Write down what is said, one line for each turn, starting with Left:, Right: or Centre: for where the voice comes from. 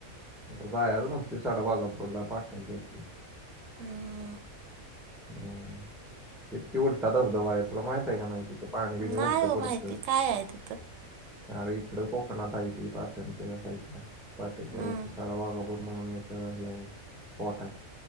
Centre: आ जा आहे म्हण त साडा बाघापुरला पाटणच्या क
Right: आणि
Centre: हम् इतकी उलटा धबधबा आहे तुोला माहित आहे का नाही तिथं पाणी बिणी
Right: नाही
Centre: उलटं
Right: हो
Centre: पडतं.
Right: माहिती काय आहे तिथं?
Centre: अरे इकड कोकणात आहे ती पाटणच्या या साईड ला पाटणच्या
Right: हम्म,
Centre: वरती साड वागापर म्हणून एक हे स्पॉट आहे.